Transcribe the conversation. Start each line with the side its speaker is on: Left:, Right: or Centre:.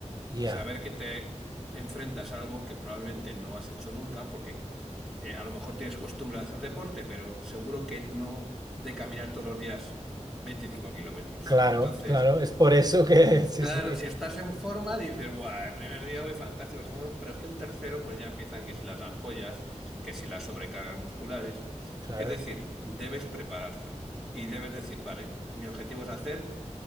Right: ya,
Centre: Saber que te enfrentas a algo que probablemente no has hecho nunca, porque eh, a lo mejor tienes costumbre de hacer deporte, pero seguro que no de caminar todos los días 25 kilómetros.
Right: Claro,
Centre: Entonces,
Right: claro, es por eso
Centre: se-
Right: que, <laughs> sí,
Centre: claro,
Right: sí,
Centre: si estás en forma, dices, guau, el primer día voy fantástico, el segundo, pero es que el tercero, pues ya empiezan que si las ampollas, que si las sobrecargas musculares.
Right: claro,
Centre: Es decir, debes preparártelo y debes decir, vale, mi objetivo es hacer.